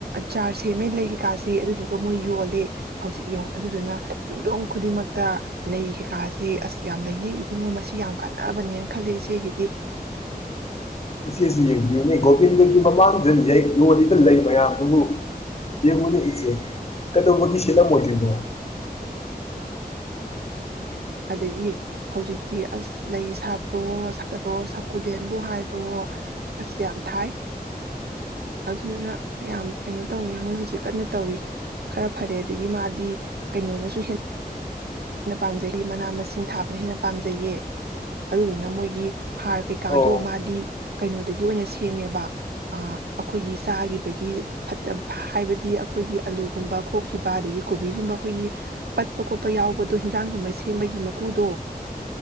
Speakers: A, on the right; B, on the left.
A: ꯆꯥꯔ ꯁꯦꯝꯃꯦ ꯂꯩ ꯀꯩꯀꯥꯁꯦ ꯑꯗꯨꯗꯨꯒ ꯃꯣꯏ ꯌꯣꯜꯂꯦ ꯍꯧꯖꯤꯛ ꯌ ꯑꯗꯨꯗꯨꯅ ꯌꯨꯝꯊꯣꯡ ꯈꯨꯗꯤꯡꯃꯛꯇ ꯂꯩ ꯀꯩꯀꯥꯁꯦ ꯑꯁ ꯌꯥꯝ ꯂꯩꯅꯩ ꯏꯕꯨꯡꯉꯣ ꯃꯁꯤ ꯌꯥꯝ ꯀꯥꯟꯅꯕꯅꯦꯅ ꯈꯜꯂꯦ ꯏꯆꯦꯒꯤꯗꯤ
B: ꯏꯆꯦꯁꯨ ꯌꯦꯡꯕꯤꯌꯨꯅꯦ ꯒꯣꯕꯤꯟꯒꯒꯤ ꯃꯃꯥꯡꯗ ꯌꯣꯜꯂꯤꯕ ꯂꯩ ꯃꯌꯥꯝꯗꯨꯕꯨ ꯌꯦꯡꯉꯨꯅꯦ ꯏꯆꯦ ꯀꯩꯗꯧꯕꯒꯤ ꯁꯤꯠꯂꯝ ꯃꯣꯏꯗꯔ꯭ꯤꯅꯣ
A: ꯑꯗꯒꯤ ꯍꯧꯖꯤꯛꯇꯤ ꯑꯁ ꯂꯩ ꯁꯥꯠꯄꯋꯣ ꯁꯥꯠꯇꯕꯣ ꯁꯥꯀꯨꯂꯦꯟꯕꯨ ꯍꯥꯏꯕꯋꯣ ꯑꯁ ꯌꯥꯝ ꯊꯥꯏ ꯑꯗꯨꯗꯨꯅ ꯌꯥꯝ ꯀꯩꯅꯣ ꯇꯧꯋ ꯃꯣꯏ ꯍꯧꯖꯤꯛ ꯀꯟꯅ ꯇꯧꯔꯤ ꯈꯔ ꯐꯔꯦ ꯑꯗꯒꯤ ꯃꯥꯗꯤ ꯀꯩꯅꯣꯅꯁꯨ ꯍꯦꯟ ꯍꯦꯟꯅ ꯄꯥꯝꯖꯩ ꯃꯅꯥ ꯃꯁꯤꯡ ꯊꯥꯕꯅ ꯍꯦꯟꯅ ꯄꯥꯝꯖꯩꯌꯦ ꯑꯗꯨꯗꯨꯅ ꯃꯣꯏꯒꯤ ꯍꯥꯔ ꯀꯩꯀꯥꯗꯣ
B: ꯑꯣ
A: ꯃꯥꯗꯤ ꯀꯩꯅꯣꯗꯒꯤ ꯑꯣꯏꯅ ꯁꯦꯝꯃꯦꯕ ꯑꯩꯈꯣꯏꯒꯤ ꯆꯥꯈꯤꯕꯒꯤ ꯐꯠꯇ ꯍꯥꯏꯕꯗꯤ ꯑꯩꯈꯣꯏꯒꯤ ꯑꯂꯨꯒꯨꯝꯕ ꯈꯣꯈꯤꯕ ꯑꯗꯒꯤ ꯀꯣꯕꯤꯒꯨꯝꯕ ꯑꯩꯈꯣꯏꯒꯤ ꯄꯠꯄ ꯈꯣꯠꯄ ꯌꯥꯎꯕ ꯇꯣ ꯍꯤꯟꯖꯥꯡꯒꯨꯝꯕ ꯁꯦꯝꯕꯒꯤ ꯃꯀꯨꯗꯣ